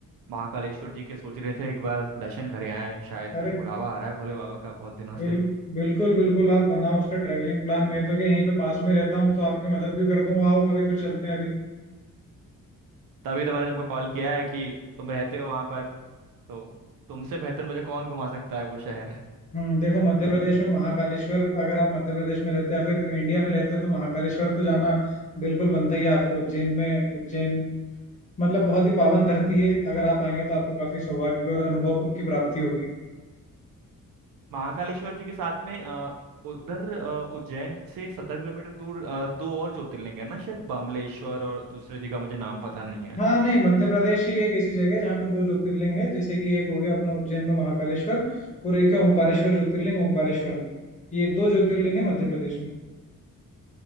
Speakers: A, on the right (about 80°); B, on the left (about 20°).
A: महाकालेश्वर जी के सोच रहे थे एक बार दर्शन करे आए शायद
B: अरे
A: बुलावा आ रहा है भोले बाबा का बहुत दिनों
B: बिल,
A: से
B: बिल्कुल बिल्कुल आप बनाओ उसका ट्रैवलिंग प्लान मैं तो क्या यहीं पे पास में रहता हूँ तो आपकी मदद भी कर दूँ आओ कभी फिर चलते हैं अभी
A: तभी तो मैंने तुमको कॉल किया है कि तुम रहते हो वहां पर तो तुमसे बेहतर मुझे कौन घुमा सकता है वो शहर
B: हम्म देखो
A: <laughs>
B: मध्य प्रदेश में महाकालेश्वर अगर आप मध्य प्रदेश में रहते या फिर इंडिया में रहते हो तो महाकालेश्वर तो जाना बिल्कुल बनता ही है आपको उज्जैन में उज्जैन मतलब बहुत ही पावन धरती है अगर आप आएंगे तो आपको काफी सौभाग्य और अनुभव की प्राप्ति होगी
A: महाकालेश्वर जी के साथ में अ, उ- उधर अ, उज्जैन से सत्तर किलोमीटर दूर अ, दो और ज्योतिर्लिंग है ना शायद बमलेश्वर और दूसरे जी का मुझे नाम पता नहीं है
B: हाँ नहीं मध्य प्रदेश ही एक ऐसी जगह है जहाँ पे दो ज्योतिर्लिंग है जैसे कि एक हो गया अपना उज्जैन में महाकालेश्वर और एक है ओमकारेश्वर ज्योतिर्लिंग ओमकारेश्वर में ये दो ज्योतिर्लिंग है मध्य प्रदेश में